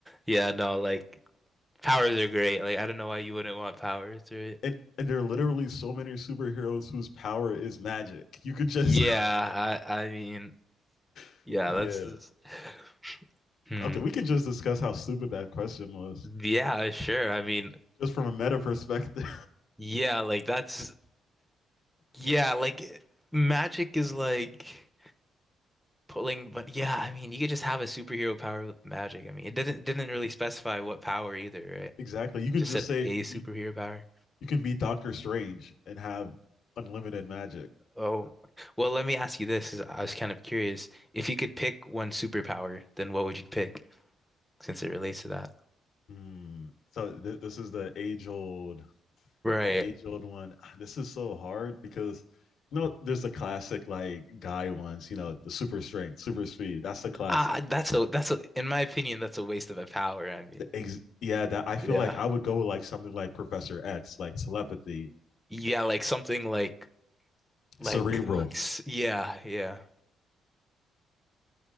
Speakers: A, in the centre; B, on the left.
A: Yeah, no, like powers are great. Like I don't know why you wouldn't want powers, right?
B: <laughs> and and there are literally so many superheroes whose power is magic you could just
A: Yeah, I I mean
B: <laughs>
A: yeah,
B: yeah
A: that's just- <laughs> Hmm.
B: okay we can just discuss how stupid that question was
A: Yeah, sure. I mean,
B: just from a meta perspective
A: yeah, like that's Yeah, like magic is like pulling, but yeah, I mean, you could just have a superhero power with magic. I mean, it didn't didn't really specify what power either,
B: <laughs>
A: right?
B: exactly you could
A: Just
B: just
A: said
B: say
A: a superhero
B: you,
A: power.
B: you can be Doctor Strange and have unlimited magic.
A: Oh, well, let me ask you this, 'cause I was kind of curious. If you could pick one superpower, then what would you pick since it relates to that?
B: Hmm. So th- this is the age old,
A: Right.
B: the age old one. Ah, This is so hard because you know there's the classic like guy ones. You know the super strength, super speed. That's the classic.
A: Ah, that's a that's a in my opinion, that's a waste of a power. I mean,
B: The ex- yeah, that I feel
A: yeah.
B: like I would go with like something like Professor X, like telepathy,
A: Yeah, like something like like
B: cerebral.
A: yeah, yeah.